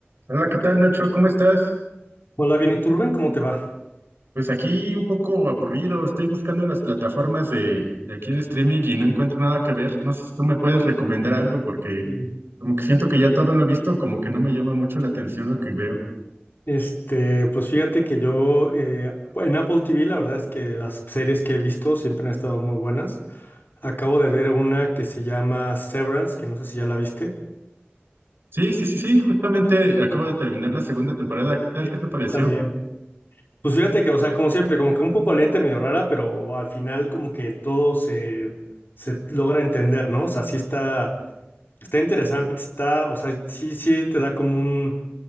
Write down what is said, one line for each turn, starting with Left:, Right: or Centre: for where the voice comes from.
Right: Hola, ¿qué tal, Nacho? ¿Cómo estás?
Left: Hola, bien, ¿y tú, Rubén? ¿Cómo te va?
Right: Pues aquí un poco aburrido, estoy buscando en las plataformas de, de aquí de streaming y no encuentro nada que ver. No sé si tú me puedes recomendar algo porque
Left: Bien.
Right: como que siento que ya todo lo he visto, como que no me llama mucho la atención lo que veo.
Left: Este, pues fíjate que yo eh, en Apple TV la verdad es que las series que he visto siempre han estado muy buenas. Acabo de ver una que se llama Severance, que no sé si ya la viste.
Right: Sí, sí, sí, sí, justamente acabo de terminar la segunda temporada. ¿Qué tal?
Left: Sí,
Right: ¿Qué te pareció?
Left: Yo también. Pues fíjate que, o sea, como siempre, como que un poco lenta, y medio rara, pero al final como que todo se, se logra entender, ¿no? O sea, sí está, está interesante, está, o sea, sí, sí te da como un,